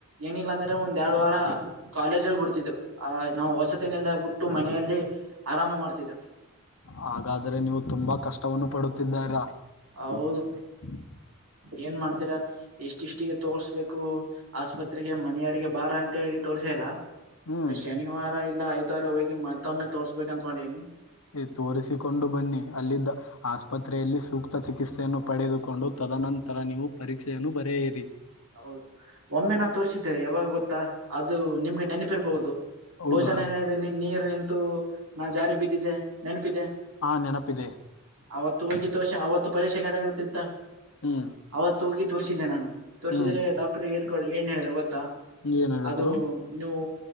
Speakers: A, on the right; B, on the left.
A: ಏನಿಲ್ಲ ಅಂದ್ರೆ ಒಂದ್ ಎರಡು ವಾರ ಕಾಲೇಜ್ ಬಿಡ್ತಿದ್ರು. ಆ ನಾವು ವಸತಿನೆಲ್ಲ ಬಿಟ್ಟು ಮನೆಯಲ್ಲಿ ಆರಾಮ ಮಾಡ್ತಿದ್ರು.
B: ಹಾಗಾದ್ರೆ ನೀವು ತುಂಬಾ ಕಷ್ಟವನ್ನು ಪಡುತ್ತಿದ್ದಾರಾ
A: ಹೌದು
B: <unintelligible>
A: ಏನ್ ಮಾಡ್ತೀರಾ. ಎಷ್ಟಿಷ್ಟಿಗೆ ತೋರ್ಸ್ಬೇಕು ಆಸ್ಪತ್ರೆಗೆ ಮನೆಯವರಿಗೆ ಬಾರ ಅಂತ ಹೇಳಿ ತೋರ್ಸಲ್ಲ.
B: ಹ್ಮ್
A: ಶನಿವಾರ ಇಲ್ಲ ಐತ್ ವಾರ ಹೋಗಿ ಮತ್ತೊಮ್ಮ್ನೆ ತೋರಿಸಬೇಕ್ ಅನ್ಕೊಂಡೀನಿ.
B: ನೀವು ತೋರಿಸಿಕೊಂಡು ಬನ್ನಿ ಅಲ್ಲಿದ್ದ ಆಸ್ಪತ್ರೆಯಲ್ಲಿ ಸೂಕ್ತ ಚಿಕಿತ್ಸೆಯನ್ನು ಪಡೆದುಕೊಂಡು ತದನಂತರ ನೀವು ಪರೀಕ್ಷೆಯನ್ನು ಬರೆಯಿರಿ.
A: ಹೌದ ಒಮ್ಮೆ ನಾ ತೋರ್ಸಿದ್ದೆ ಯಾವಾಗ ಗೊತ್ತಾ ಅದು ನಿಮ್ಗೆ ನೆನಪಿರ್ಬಹುದು.
B: ಹೌದಾ
A: ಭೋಜನಾಲಯದಲ್ಲಿ ನೀರು ನಿಂತು ನಾ ಜಾರಿ ಬಿದ್ದಿದ್ದೆ ನೆನಪಿದಿಯಾ.
B: ಹಾ ನೆನಪಿದೆ
A: ಅವತ್ತು ಹೋಗಿ ತೋರ್ಸ ಅವತ್ತು ಪರೀಕ್ಷೆ ನಡೆುಯುತ್ತಿತ್ತ
B: ಹ್ಮ್
A: ಅವತ್ತು ಹೋಗಿ ತೋರಿಸಿದ್ದೆ ನಾನು ತೋರಿಸಿದ್ರೆ
B: ಹ್ಮ್
A: ಡಾಕ್ಟರ್ ಏನ್ ಕೋಡ್ ಏನ್ ಹೇಳಿದ್ರು ಗೊತ್ತಾ
B: ಏನ್ ಹೇಳಿದ್ರು
A: ಅದು ನೀವು